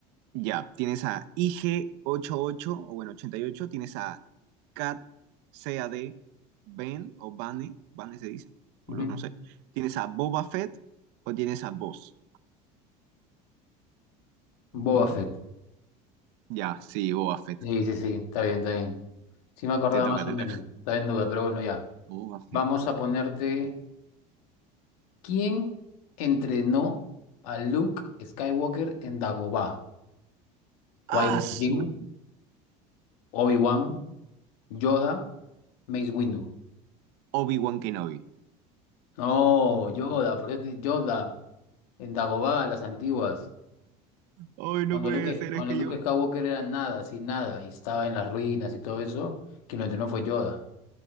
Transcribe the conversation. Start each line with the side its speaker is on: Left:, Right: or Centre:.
Right: Ya, tienes a IG88 o bueno, 88. Tienes a Cat CAD Ben o Bane. Bane se dice. O
Left: Ujú.
Right: lo- no sé. Tienes a Boba Fett o tienes a Boss.
Left: Boba
Right: ¿Mm?
Left: Fett.
Right: Ya, sí, Boba Fett.
Left: Sí, sí, sí, está bien, está bien. Sí me acordaba
Right: Te toca,
Left: más
Right: te
Left: o menos,
Right: toca.
Left: estaba en duda, pero bueno, ya.
Right: Boba Fett.
Left: Vamos a ponerte, ¿quién entrenó a Luke Skywalker en Dagobah? ¿Qui-Gon
Right: Ah, su
Left: Jinn, Obi-Wan, Yoda, Mace Windu?
Right: Obi-Wan Kenobi.
Left: No, Yoda, pero este Yoda en Dagobah, las antiguas.
Right: Ay,
Left: Cuando
Right: no puede
Left: Luke,
Right: ser,
Left: cuando
Right: es que
Left: Luke
Right: yo
Left: Skywalker era nada, así nada, y estaba en las ruinas y todo eso, quien lo entrenó fue Yoda.